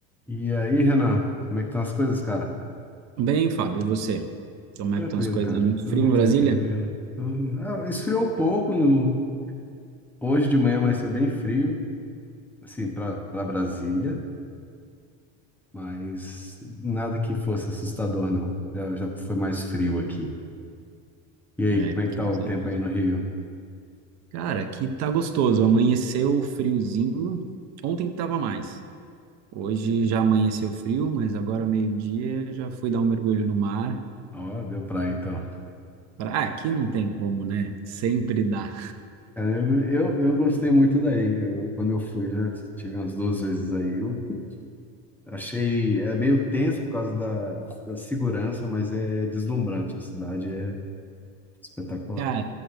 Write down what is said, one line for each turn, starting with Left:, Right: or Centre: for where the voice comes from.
Centre: E aí, Renan, como é que estão as coisas, cara?
Right: Bem, Fábio, e você? Como
Centre: Tranquilo,
Right: é que estão as coisas
Centre: cara.
Right: aí? Muito
Centre: Tudo
Right: frio em
Centre: tranquilo.
Right: Brasília?
Centre: Tudo... Ah, esfriou um pouco no... hoje de manhã, vai ser bem frio, assim, para para Brasília, mas nada que fosse assustador, não. Já, já foi mais frio aqui. E aí,
Right: É,
Centre: como
Right: porque
Centre: é que tá
Right: não
Centre: o
Right: sei
Centre: tempo
Right: aqui.
Centre: aí no Rio?
Right: Cara, aqui tá gostoso. Amanheceu friozinho. Ontem tava mais. Hoje já amanheceu frio, mas agora meio-dia já fui dar um mergulho no mar.
Centre: Ó, deu praia então.
Right: Pra- Ah, aqui não tem como, né? Sempre dá.
Centre: Cara, eu, eu, eu gostei muito daí. Eu- quando eu fui, já tive umas duas vezes aí. Eu achei, é meio tenso por causa da, da segurança, mas é deslumbrante. A cidade é Espetacular.
Right: Cara,